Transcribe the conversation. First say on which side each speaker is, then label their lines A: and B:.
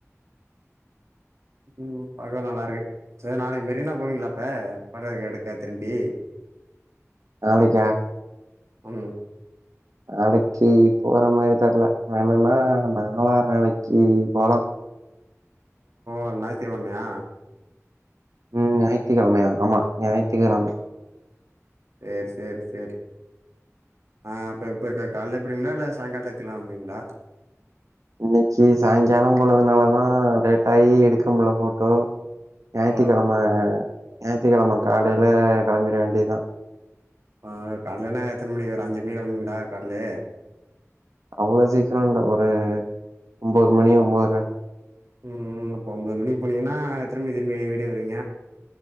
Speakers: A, on the right (about 65°); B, on the right (about 85°).
A: ம் பக்க நல்லாருக்கு செரி நாளைக்கு மெரினா போவீங்களா இப்ப படஎடுக்க திரும்பி
B: நாளைக்கா
A: ம்
B: நாளைக்கு போற மாரி தெர்ல வேணுன்னா நம்ப நாலா நாளைக்கு போலா
A: வர ஞாயித்துக்கெழமையா
B: ம் ஞாயித்துக்கெழமையா ஆமா ஞாயித்துக்கெழமை
A: செரி செரி செரி ஆ அப்ப இப்போ கால்ல போய்டுவீங்களா இல்ல சாயங்கால டயத்துல வந்தீங்களா
B: இன்னைக்கு சாயங்காலம் போனதுனால தா லேட்டாயி எடுக்க முடில போட்டோ ஞாயித்திக்கிழம
A: ஓ
B: ஞாயித்திக்கிழம காலையில கெளம்பிட வேண்டியதுதா
A: ஆ கால்லனா எத்தன மணி ஒரு அஞ்சு மணிக் கெளம்புவீங்களா கால்லேயே
B: அவ்ளோ சீக்கிரம் இல்ல ஒரு ஒம்பது மணி ஒம்பதுர
A: ம் ம் இப்போ ஒம்பது மணிக்கு போனீங்ன்னா எத்தன மணிக்கு திரும்பி வீட்டுக்கு வருவீங்க